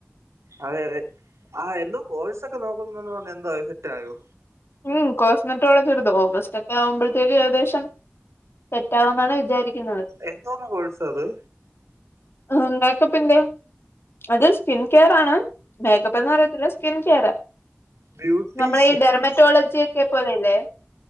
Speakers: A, on the right; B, on the left.
A: അതെ അതെ ആ എന്തോ കോഴ്സ് ഒക്കെ നോക്കുന്നുന്ന് പറഞ്ഞു എന്തോയി സെറ്റായോ?
B: ഉം കോസ്മെറ്റ്ള്ളോളജിഎടുത്തു. ഓഗസ്റ്റ് ഒക്കെ ആവുമ്പോഴത്തേക്ക് ഏകദേശം. സെറ്റാവെന്നാണ് വിചാരിക്കുന്നത്.
A: എന്തോന്ന് കോഴ്സാത്?
B: ഉം മേക്കപ്പിന്റേ അത് സ്കിൻ കെയർ ആണ് മേക്കപ്പ് എന്ന് പറയത്തില്ല സ്കിൻ കെയറ്.
A: ബ്യൂട്ടീഷ്യൻ
B: നമ്മള ഈ ഡെർമറ്റോളജി ഒക്കെ പോലെല്ലേ?